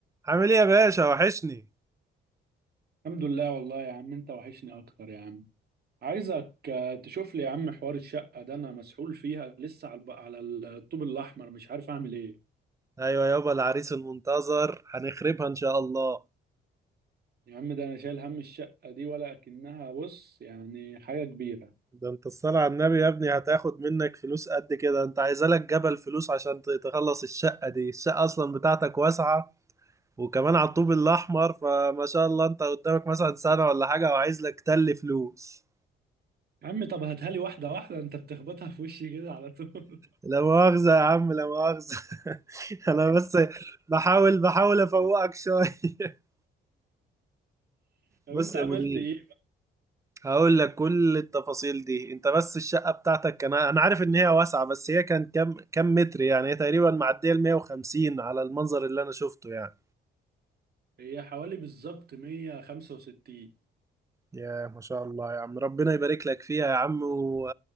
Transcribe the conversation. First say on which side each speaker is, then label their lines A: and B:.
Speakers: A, on the right (about 15°); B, on the right (about 50°).
A: عامل ايه يا باشا وحشني
B: الحمد لله والله يا عم انت وحشني اكتر يا عم عايزك آه، تشوف لي يا عم حوار الشقة ده انا مسحول فيها لسه على الب- على الطوب الاحمر مش عارف اعمل ايه
A: ايوه يابا العريس المنتظر هنخربها ان شاء الله
B: يا عم ده انا شايل هم الشقة دي ولا اكنها بص يعني حاجة كبيرة
A: ده انت الصلاة على النبي يا ابني هتاخد منك فلوس قد كده انت عايزة لك جبل فلوس عشان ت- تخلص الشقة دي الشقة اصلا بتاعتك واسعة وكمان على الطوب الاحمر فما شاء الله انت قدامك مثلا سنة ولا حاجة وعايز لك تل فلوس
B: يا عم طب هاتها لي واحدة واحدة انت بتخبطها في وشي كده على طول
A: لا مؤاخذة يا عم لا مؤاخذة <laughs> انا بس بحاول بحاول افوقك شوية <laughs>
B: <laughs> طب
A: بص
B: انت عملت
A: يا مدير
B: ايه
A: هقول لك كل التفاصيل دي انت بس الشقة بتاعتك كان انا عارف ان هي واسعة بس هي كان كام كام متر يعني هي تقريبا معدية ال 150 على المنظر اللي انا شفته يعني
B: هي حوالي بالظبط 165
A: يا ما شاء الله يا عم ربنا يبارك لك فيها يا عم و...